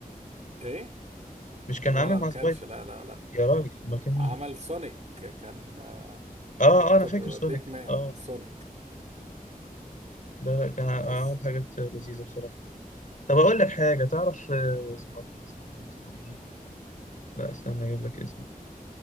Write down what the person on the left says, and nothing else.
مش كان
عامل
مع
سبايدر
يا راجل امال كان مين
اه اه انا فاكر سونيك
اه
لا لا كان ع-
عمل حاجات لذيذه بصراحه طب اقول لك حاجه تعرف آه، اسمه ايه اسمه ايه اسمه ايه لا استنى اجيب لك اسمه